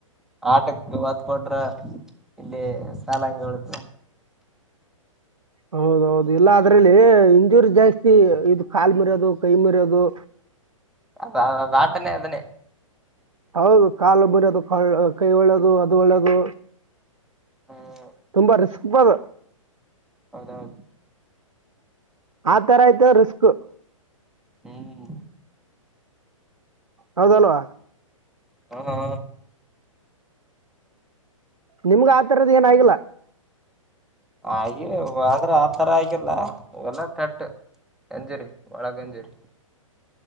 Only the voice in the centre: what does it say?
ಆಟಕ್ ಹೊತ್ ಕೊೊಟ್ರ ಇಲ್ಲಿ ಸಾಲ ಹಂಗೆ ಉಳತ
ಅ ಬಾಟನೇ ಅದನ್ನೇ
ಹ್ಮ
ಹೌದೌದು
ಹ್ಮ್
ಹಾ ಹಾ
ಹಾಗೆ ಆದ್ರೆ ಆ ತರ ಆಗಲ್ಲ ಎಲ್ಲ ಪೆಟ್ಟ ಜರಿ ಒಳಗಂ ಸರಿ